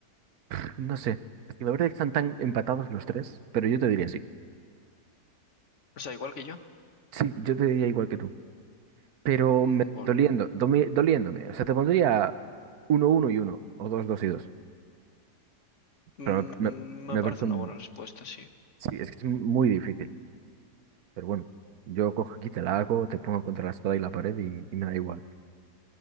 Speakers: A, on the right (about 65°); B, on the left (about 50°).
A: <smacks lips> no sé, es que la verdad es que están tan empatados los tres, pero yo te diría sí.
B: O sea, igual que yo.
A: Sí, yo te diría igual que tú. Pero
B: Mm,
A: me-
B: Bueno.
A: doliendo, domi- doliéndome. O sea, te pondría uno uno y uno o dos dos y dos
B: Mm,
A: Pero me, me- me
B: me parece
A: parece un...
B: una buena respuesta, sí.
A: Sí, es que es muy difícil. Pero bueno, yo cojo aquí, te la hago, te pongo contra la espada y la pared y, y me da igual.